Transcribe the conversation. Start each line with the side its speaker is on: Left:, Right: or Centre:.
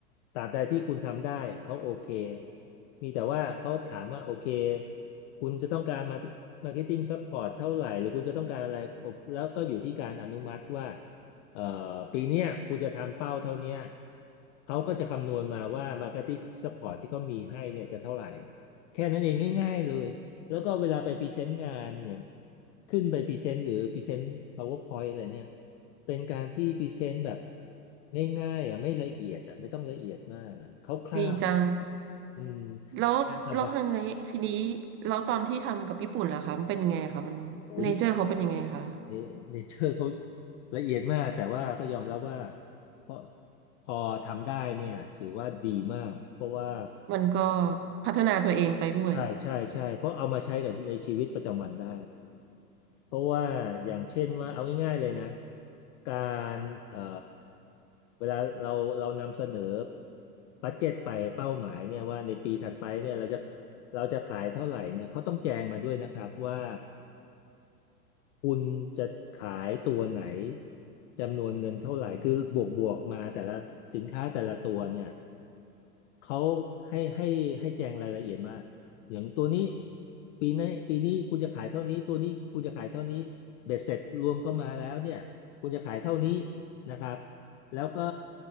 Left: ตราบใดที่คุณทำได้เขาโอเคมีแต่ว่าเขาถามว่าโอเคคุณจะต้องการมามาร์เก็ตติ้งซัพพอร์ตเท่าไหร่หรือคุณจะต้องการอะไรแล้วก็อยู่ที่การอนุมัติว่า เอ่อปีเนี้ยคุณจะทำเป้าเท่าเนี้ยเขาก็จะคำนวณมาว่า Marketing Support ที่เขามีให้เนี่ยจะเท่าไหร่ แค่นั้นเองง่ายๆเลย แล้วก็เวลาไปพรีเซนต์งานเนี่ยขึ้นไปพรีเซนต์หรือพรีเซนต์ PowerPoint อะไรเนี่ย เป็นการที่พรีเซนต์แบบง่ายๆอ่ะไม่ละเอียดอ่ะไม่ต้องละเอียดมากอ่ะคร่าว
Right: ดีจัง
Left: ๆอืม
Right: แล้วแล้วทีนี้ทีนี้
Left: น่าสบาย
Right: แล้วตอนที่ทำกับญี่ปุ่นล่ะคะมันเป็นไงคะมันเนเจอร์เขาเป็นยังไงคะ
Left: โอ้ย นี่เนเจอร์เขาละเอียดมากแต่ว่าก็ยอมรับว่าเพอพอทำได้เนี่ยถือว่าดีมากเพราะว่า
Right: มันก็พัฒนาตัวเองไปด้วย
Left: ใช่ใช่ใช่เพราะเอามาใช้กับในชีวิตประจำวันได้เพราะว่าอย่างเช่นว่าเอาง่ายๆเลยนะการเอ่อเวลาเราเรานำเสนอบัดเจ็ตไปเป้าหมายเนี่ยว่าในปีถัดไปเนี่ยเราจะเราจะขายเท่าไหร่เนี่ยเขาต้องแจงมาด้วยนะครับว่า คุณจะขายตัวไหนจำนวนเงินเท่าไหร่คือบวกบวกมาแต่ละสินค้าแต่ละตัวเนี่ยเขาให้ให้ให้แจงรายละเอียดมาอย่างตัวนี้ปีนี้ปีนี้คุณจะขายเท่านี้ตัวนี้คุณจะขายเท่านี้เบ็ดเสร็จรวมเข้ามาแล้วเนี่ยคุณจะขายเท่านี้นะครับแล้วก็